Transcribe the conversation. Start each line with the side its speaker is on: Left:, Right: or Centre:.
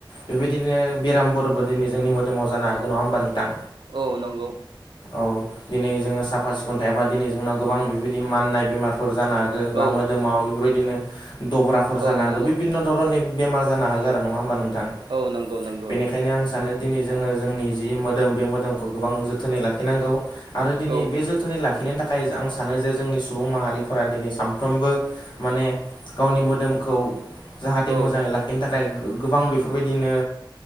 Left: बेबायदिनो बेरामफोरबो दिनै जोंनि मोदोमाव जानो हागोन नङा होमबा नोंथां।
Right: औ नंगौ।
Left: औ दिनै जोङो साफा सिखोन थायाबा दिनै जोंनाव गोबां बेबायदि माननाय बेमारफोर जानो हागौ बा
Right: औ
Left: मोदोमाव बेफोरबायदिनो दब्राफोर
Right: औ
Left: जानो हागौ
Right: नंगौ
Left: बिभिननो धरननि बेमार जानो हागौ आरो नङा होमबा नोंथां
Right: औ नंगौ नंगौ
Left: बेनिखायनो
Right: नंगौ
Left: आं सानो दिनै जोङो जोंनि जि मोदोम बे मोदोमखौ गोबां जोथोनै लाखिनांगौ आरो दिनै
Right: औ
Left: बे जो जोथोनै लाखिनो थाखाय आं सानो जे जोंनि सुबुं माहारिफोरा दिनै सानफ्रोमबो माने गावनि मोदोमखौ जाहाथे
Right: औ
Left: मोजाङै लाखिनो थाखाय गोबां बेफोरबायदिनो